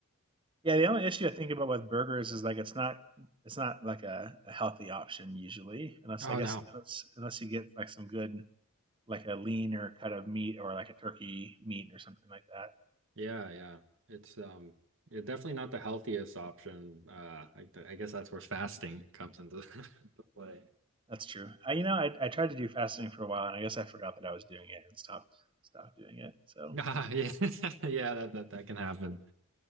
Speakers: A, on the right; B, on the right.
A: yeah. The only issue I think about with burgers is like it's not it's not like a, a healthy option usually, unless
B: Oh
A: I guess
B: no.
A: unless, unless you get like some good like a lean or cut of meat or like a turkey meat or something like that.
B: Yeah, yeah. It's um yeah, definitely not the healthiest option. Uh I, I guess that's where fasting comes into <laughs> into play.
A: That's true. I you know I I tried to do fasting for a while and I guess I forgot that I was doing it and stopped stopped doing it. So
B: Ah, yeah. <laughs> Yeah, that, that that can happen.